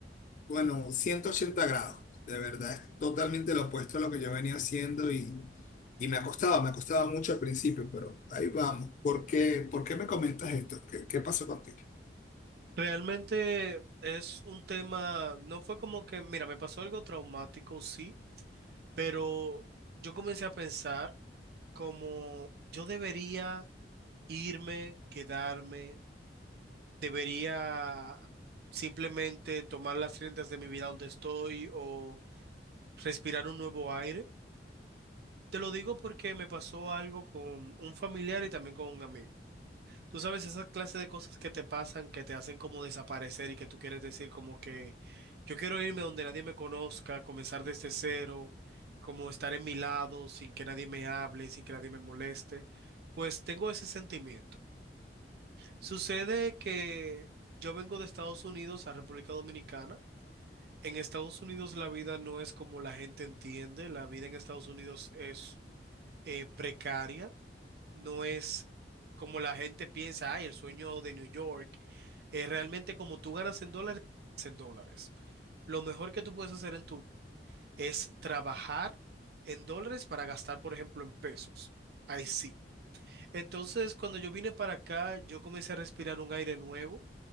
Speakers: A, on the left; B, on the right.
A: bueno, 180 grados, de verdad, es totalmente lo opuesto a lo que yo venía haciendo y, y me ha costado, me ha costado mucho al principio, pero ahí vamos. ¿Por qué, por qué me comentas esto? ¿Qué, qué pasó contigo?
B: Realmente es un tema, no fue como que, mira, me pasó algo traumático, sí, pero yo comencé a pensar como yo debería irme, quedarme, debería simplemente tomar las riendas de mi vida donde estoy o respirar un nuevo aire. Te lo digo porque me pasó algo con un familiar y también con un amigo. Tú sabes, esa clase de cosas que te pasan, que te hacen como desaparecer y que tú quieres decir como que yo quiero irme donde nadie me conozca, comenzar desde cero, como estar en mi lado sin que nadie me hable, sin que nadie me moleste, pues tengo ese sentimiento. Sucede que yo vengo de Estados Unidos a República Dominicana. En Estados Unidos la vida no es como la gente entiende, la vida en Estados Unidos es eh, precaria no es como la gente piensa, ay, el sueño de New York. Es realmente como tú ganas en dólares, en dólares. Lo mejor que tú puedes hacer en tu vida es trabajar en dólares para gastar, por ejemplo, en pesos. Ahí sí. Entonces, cuando yo vine para acá, yo comencé a respirar un aire nuevo.